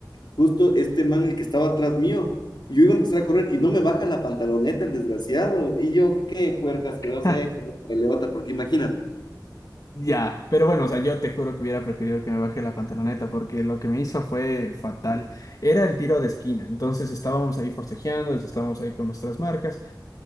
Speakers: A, on the left; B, on the left.
A: justo este man, el que estaba atrás mío y yo iba a empezar a correr y no me baja la pantaloneta el desgraciado. Y yo, qué puerca asquerosa
B: <laughs>
A: es, una peleota, porque imagínate,
B: Ya, pero bueno, o sea, yo te juro que hubiera preferido que me baje la pantaloneta porque lo que me hizo fue fatal. Era el tiro de esquina, entonces estábamos ahí forcejeando, estábamos ahí con nuestras marcas,